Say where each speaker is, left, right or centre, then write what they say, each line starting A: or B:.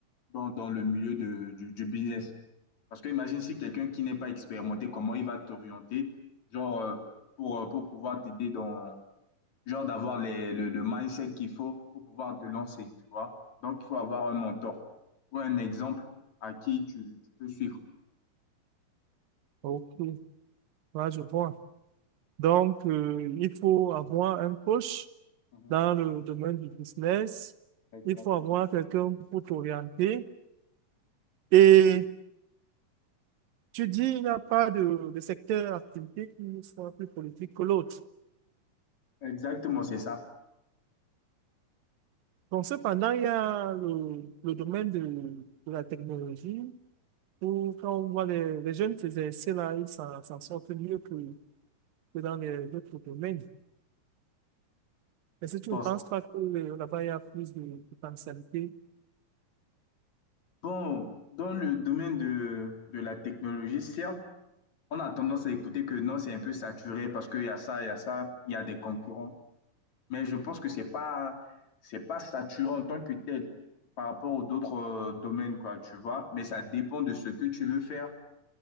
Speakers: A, on the left; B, on the right.
A: dans, dans le milieu de- du, du business. Parce que imagine si quelqu'un qui n'est pas expérimenté, comment il va t'orienter, genre, euh, pour, euh, pour pouvoir t'aider dans, genre, d'avoir les- le, le mindset qu'il faut pour pouvoir te lancer, tu vois. Donc, il faut avoir un mentor ou un exemple à qui tu, tu peux suivre.
B: Ok. Là, je vois. Donc, euh, il faut avoir un coach
A: Mhm.
B: dans le domaine du business.
A: Exactement.
B: Il faut avoir quelqu'un pour t'orienter. Et tu dis, il n'y a pas de, de secteur d'activité qui soit plus politique que l'autre.
A: Exactement, c'est ça.
B: Donc, cependant, il y a le, le domaine de, de la technologie où, quand on voit les, les jeunes s'exercer là, ils s'en s'en sortent mieux que, que dans les autres domaines. Mais si tu
A: Bon,
B: ne penses
A: c-
B: pas que euh, là-bas, il y a plus de de potentialité
A: bon, dans le domaine de, de la technologie, certes, on a tendance à écouter que non, c'est un peu saturé parce qu'il y a ça, il y a ça, il y a des concurrents. mais je pense que c'est pas, c'est pas saturant en tant que tel par rapport aux d'autres euh, domaines, quoi, tu vois. Mais ça dépend de ce que tu veux faire